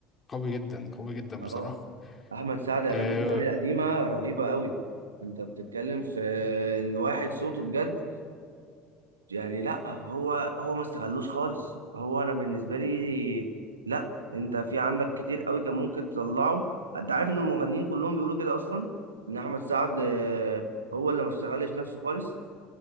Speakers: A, on the left (about 30°); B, on the right (about 85°).
A: قوي جدا قوي جدا
B: اه
A: بصراحة
B: احمد سعد اغانيه
A: آه،
B: كمان القديمه رهيبه قوي انت بتتكلم في ان واحد صوته بجد يعني لا هو هو ما استغلوش خالص هو انا بالنسبه لي لا انت في عندك كتير قوي كان ممكن تطلعه انت عارف ان المغنيين كلهم بيقولوا كده اصلا ان احمد سعد آه، هو اللي ما استغلش نفسه خالص